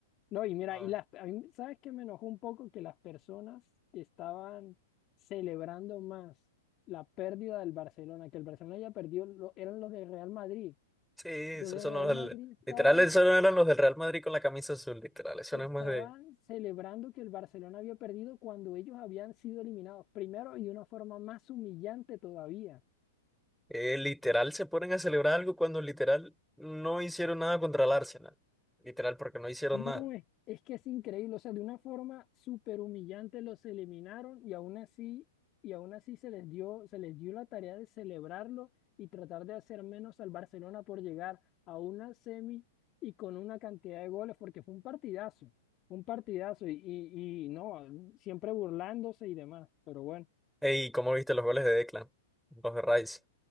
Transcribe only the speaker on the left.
No, y mira,
y las, a mí, ¿sabes qué me enojó un poco? Que las personas que estaban celebrando más la pérdida del Barcelona, que el Barcelona haya perdido, lo- eran los de Real Madrid.
Los de
Real
Madrid estaban,
estaban
celebrando que el Barcelona había perdido cuando ellos habían sido eliminados primero y de una forma más humillante todavía.
No,
es, es que es increíble, o sea, de una forma súper humillante los eliminaron y aún así, y aún así se les dio, se les dio la tarea de celebrarlo y tratar de hacer menos al Barcelona por llegar a una semi y con una cantidad de goles, porque fue un partidazo, un partidazo y, y, y no, siempre burlándose y demás, pero bueno.